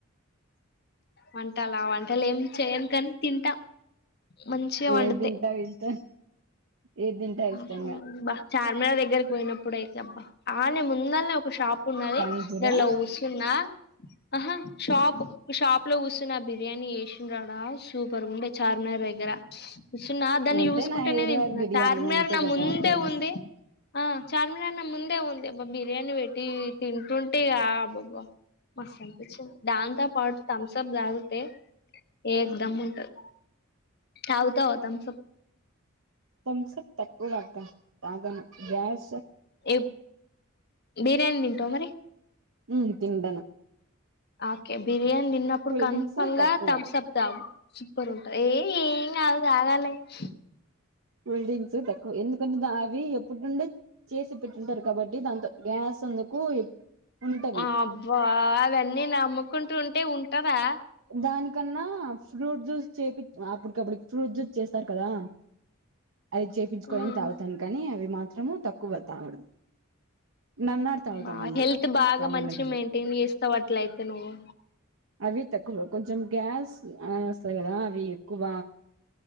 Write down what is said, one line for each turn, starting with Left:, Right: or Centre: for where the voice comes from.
Left: వంటల వంటలు ఏం చేయను కానీ తింటా మంచిగా
Right: ఏ
Left: వండుతే.
Right: తింటా ఇంకా ఏది తింటా ఇష్టంగా
Left: ఆహా! అబ్బా చార్మినార్ దగ్గరకి పోయినప్పుడుయిబ్బా ఆనే ముందల్నే ఒక షాప్ ఉన్నది
Right: పానీపూరా
Left: దానిలో ఊసున్నా ఆహా షాప్ షాప్ లో కూస్తున్న ఆ బిర్యానీ చేసిన రాడా బిర్యాని ఉండే చార్మినార్ దగ్గర కూసున్న దాన్ని
Right: అంటే
Left: చూసుకుంటూ
Right: నా
Left: కుంటేనే
Right: హైదరాబాద్
Left: తింటున్నా
Right: బిర్యానీ
Left: టార్మినార్
Right: అంతే
Left: నా
Right: కదా
Left: ముందే
Right: ఫేమస్
Left: ఉంది ఆ చార్మిన నా ముందే ఉంది బ బిర్యానీ పెట్టి తింటుంటేగా బాబ్బ మస్ అనిపించింది దాంతో పాటు థమ్స్ అప్ దాగితే ఏక్ దమ్ము ఉంటారు తాగుతావా తంసప్
Right: తంసప్ తక్కువ తాగుతాను గ్యాస్
Left: ఏ బిర్యానీ తింటావా మరి
Right: మ్మ్ తింటన
Left: ఓకే బిర్యానీ తిన్నప్పుడు కఫంగా
Right: డ్రింక్స్ తక్కువ
Left: థమ్స్ అప్ తగు సూపర్ ఉంటంది ఏ ఏం కాదు <unintelligible>
Right: హల్డింగ్స్ తక్కువ ఎందుకంటే అవి ఎప్పుడు నుండే చేసి పెట్టింటారు కాబట్టి దాంతో గ్యాస్ అందుకు ఉంటవి
Left: అబ్బా అవన్నీ నమ్ముకుంటు ఉంటే ఉంట ఉంటావా
Right: దాని కన్నా ఫ్రూట్ జ్యూస్ చేపి అప్పటికప్పుటికి ఫ్రూట్ జూస్ చేస్తారు కదా అది చేపించుకని
Left: ఉమ్
Right: తాగుతాను కానీ అవి మాత్రం మాత్రము తక్కువ తాగడం నన్నార్ తాగుతా
Left: బ
Right: మళ్ళీ
Left: హెల్త్ బాగా
Right: కావాలంటే
Left: మంచి మెయింటైన్ చేస్తా అట్లయితే నువ్వు
Right: అవి తక్కువ కొంచెం గ్యాస్ వస్తాయి కదా అవి ఎక్కువ